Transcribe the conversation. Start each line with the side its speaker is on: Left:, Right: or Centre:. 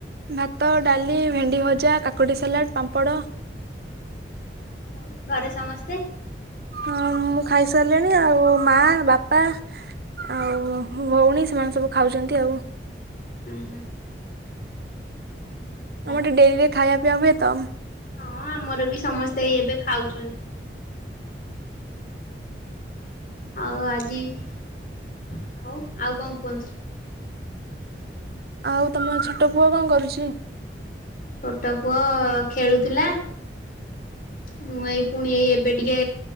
Right: ଭାତ ଡାଲି ଭେଣ୍ଡି ଭଜା କାକୁଡ଼ି ସାଲାଡ଼ ପାମ୍ପଡ଼।
Left: ଆଉ ଘରେ ସମସ୍ତେ?
Right: ହଁ ମୁଁ ଖାଇସାରିଲିଣି ଆଉ ମା ବାପା ଆଉ ଭଉଣୀ ସେମାନେ ସବୁ ଖାଉଛନ୍ତି ଆଉ।
Left: ଉଁ ହୁଁ। ଆଛା।
Right: ଆମର ଟିକେ ଡେରିରେ ଖାଇବାପିଇବା ହୁଏ ତ।
Left: ହଁ ଆମର ବି ସମସ୍ତେ ଏଇ ଏବେ ଖାଉଛନ୍ତି। ଆଉ ଆଜି- ଆଉ ଆଉ କଣ କୁଅନ୍ତୁ?
Right: ଆଉ ତମ ଛଟ ପୁଅ କଣ କରୁଚି?
Left: ଛୋଟ ପୁଅ ଖେଳୁଥିଲା ମୁଁ ଏଇ ପୁଣି ଏଇ ଏବେ ଟିକେ